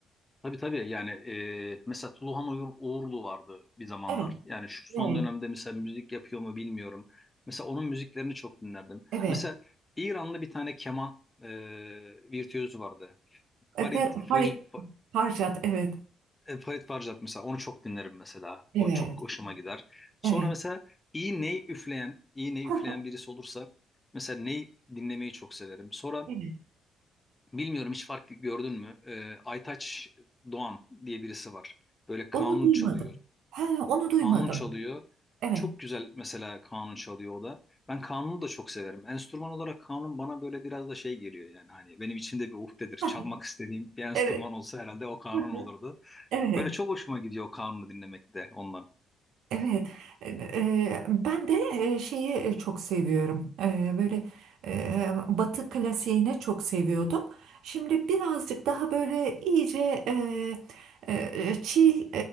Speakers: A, on the left (about 20°); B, on the right (about 80°).
A: Tabii tabii yani e, mesela Tuluhan Uyur- Uğurlu vardı bir zamanlar.
B: Evet,
A: Yani şu
B: evet,
A: son dönemde mesela müzik yapıyor mu bilmiyorum. Mesela onun müziklerini çok dinlerdim.
B: evet,
A: Mesela İranlı bir tane keman e, virtüözü vardı. Farid,
B: E, Fer,
A: Faj,
B: Farid
A: Fa-
B: Farjat, evet.
A: e, Farid Farjad mesela onu çok dinlerim mesela.
B: evet,
A: O çok hoşuma gider. Sonra
B: Evet.
A: mesela iyi ney üfleyen, iyi ney üfleyen
B: Ha, ha,
A: birisi olursa mesela ney dinlemeyi çok severim. Sonra
B: evet.
A: Bilmiyorum hiç fark gördün mü? Ee, Aytaç Doğan diye birisi var. Böyle kanun
B: Onu duymadım.
A: çalıyor.
B: ha, onu duymadım.
A: Kanun çalıyor.
B: Evet.
A: Çok güzel mesela kanun çalıyor o da. Ben kanunu da çok severim. Enstrüman olarak kanun bana böyle biraz da şey geliyor yani hani benim içimde bir uhdedir.
B: Ha,
A: Çalmak istediğim bir enstrüman
B: evet.
A: olsa herhalde o kanun
B: <laughs>
A: olurdu.
B: Evet.
A: Böyle çok hoşuma gidiyor kanunu dinlemek de ondan.
B: Evet, e, e, ben de e, şeyi e, çok seviyorum. E, Böyle e, Batı klasiğini çok seviyordum. Şimdi birazcık daha böyle iyice e, e, chill